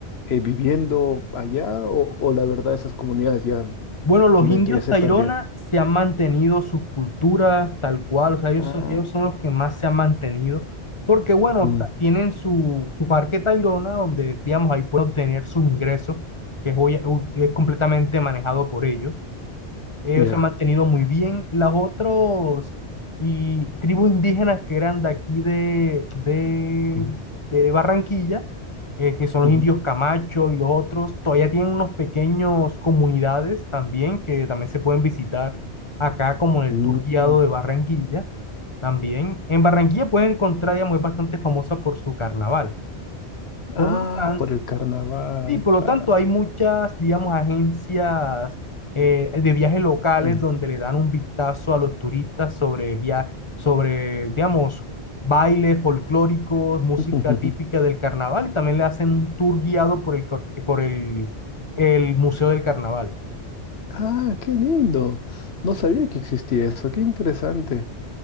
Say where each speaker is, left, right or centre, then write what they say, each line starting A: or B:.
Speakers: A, on the left (about 65°); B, on the left (about 30°).
A: eh, viviendo allá, o, o la verdad esas comunidades ya,
B: Bueno, los
A: momento,
B: indios
A: ya se
B: Tairona
A: perdieron.
B: se han mantenido sus culturas tal cual, o sea, ellos
A: Ah,
B: son, ellos son los que más se han mantenido, porque bueno,
A: mm,
B: ta- tienen su, su parque Tairona, donde digamos ahí pueden obtener sus ingresos, que es, hoy, u- es completamente manejado por ellos Ellos
A: ya,
B: se han mantenido muy
A: ya.
B: bien. Las otros y tribus indígenas que eran de aquí de, de,
A: mm,
B: de Barranquilla, eh, que son
A: ujú,
B: los indios Camacho y los otros, todavía tienen unos pequeños comunidades también que también se pueden visitar acá como en
A: mm,
B: el tour guiado
A: mm.
B: de Barranquilla. También en Barranquilla pueden encontrar, digamos, es bastante famosa por su carnaval. Por
A: Ah,
B: lo tanto,
A: por el carnaval,
B: Sí, por
A: claro.
B: lo tanto, hay muchas, digamos, agencias eh, de viajes locales
A: Mm.
B: donde le dan un vistazo a los turistas sobre, via sobre, digamos, bailes folclóricos, música
A: <laughs>
B: típica del carnaval y también le hacen un tour guiado por el, cor- por el, el Museo del Carnaval.
A: Ah, qué lindo. No sabía que existía eso, qué interesante.